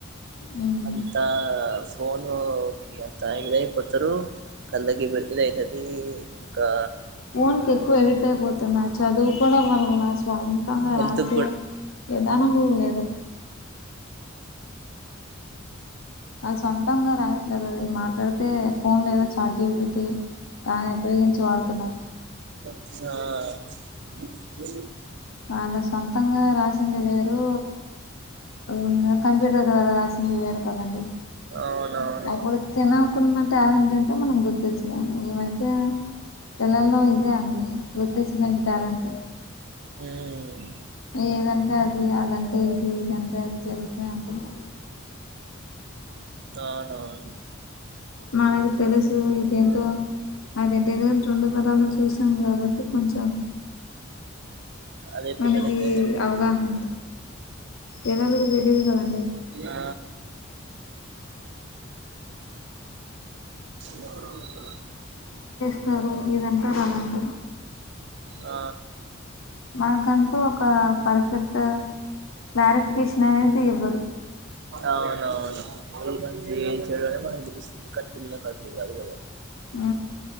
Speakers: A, on the left (about 80°); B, on the right (about 60°).
A: మ్మ్
B: అంతా ఫోనుకి అంత ఇదయిపోతారు కళ్ళకి ఇదైతది ఇంకా
A: ఫోన్ కి ఎక్కువ ఎడిక్ట్ అయిపోతున్నా చదువుకోనే <inaudible> స్వంతంగ
B: హెల్త్
A: రాసే
B: కూడా
A: ఏ దానము లేదు అది సొంతంగా రాయట్లేదు ఈ మాట్లాడితే ఫోన్ లో ఏదో చార్జ్ జీ పీటీ దాన్ని ఉపయోగించి వాడుతున్నారు
B: ఆ
A: వాళ్ళ సొంతంగా రాసింది వేరు ఉంగ కంప్యూటర్ ద్వారా రాసి ఇంది వేరు కదండి
B: అవునవును
A: అప్పుడు తినకున్నాట అంట మనం గుర్తుచ్చు ఈ మధ్య ఎలల్లో ఇద అ గుర్తిస్తదం ట్యాలెంట్
B: ఉమ్
A: ఏదంటే అది అదంటే ఇది ఇదంటే అది జరుగుత అంటుంది
B: అవునావును
A: మనకు తెలుసు ఇదేంటో అదింటేందు కా రెండు తరాలు చూసాను కాబట్టి కొంచెం
B: అది
A: మనకి
B: కదా <inaudible>
A: అవగాహన పిల్లలకి తెలియదు కదండి
B: ఎ అ
A: స్టారు ఇదంటారు అదంటారు
B: ఆ
A: మనకంటూ ఒక పర్ఫెక్ట్ క్లారిఫికేషన్ అనేది ఇవ్వరు
B: అవునవును మంచి చెడునే మనం గెలుస్తుంది కాని పిల్లల కదులి కాదు కదా
A: ఆ